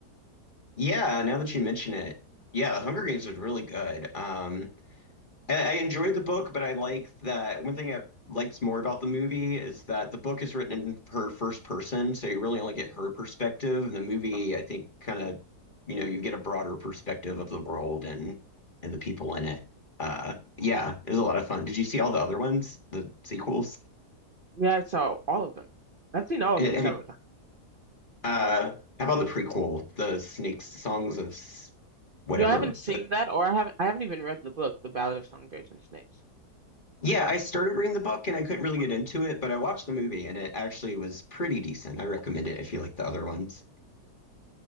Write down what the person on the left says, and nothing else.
Yeah, now that you mention it, yeah, The Hunger Games was really good. Um, And I enjoyed the book, but I like that one thing I liked more about the movie is that the book is written in her first person, so you really only get her perspective. And the movie, I think, kind of, you know, you get a broader perspective of the world and and the people in it. Uh, yeah, it was a lot of fun. Did you see all the other ones, the sequels?
Eh,
have
you-
uh, how about the prequel, the Snakes Songs of S- whatever?
Yeah, I started reading the book and I couldn't really get into it, but I watched the movie and it actually was pretty decent. I recommend it if you like the other ones.